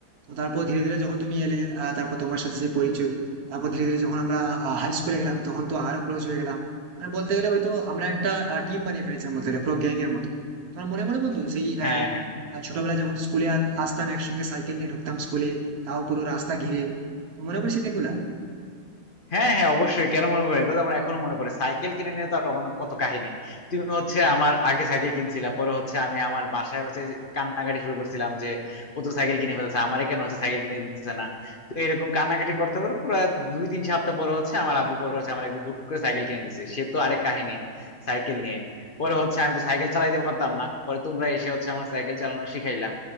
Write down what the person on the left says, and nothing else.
হ্যাঁ
হ্যাঁ
হ্যাঁ হ্যাঁ অবশ্যই কেন মনে পড়ে এটা তো আমার এখনো মনে পড়ে সাইকেল কিনে নিয়ে তো আর অনেক কত কাহিনী তুমি হচ্ছে আমার আগে সাইকেল কিনছিলা পরে হচ্ছে আমি আমার বাসায় হচ্ছে যে কান্নাকাটি শুরু করছিলাম যে ও তো সাইকেল কিনে ফেলছে আমারে কেন হচ্ছে সাইকেল কিনে দিতেছে না তো এরকম কান্নাকাটি করতে পারে পুরো দুই তিন সপ্তাহ পরে হচ্ছে আমার আব্বু পরে হচ্ছে আমার একদিন হুট করে সাইকেল কিনে দিচ্ছে সে তো আরেক কাহিনী সাইকেল নিয়ে পরে হচ্ছে আমি তো সাইকেল চালাইতে পারতাম না পরে তোমরা এসে হচ্ছে আমার সাইকেল চালানো শিখাইলা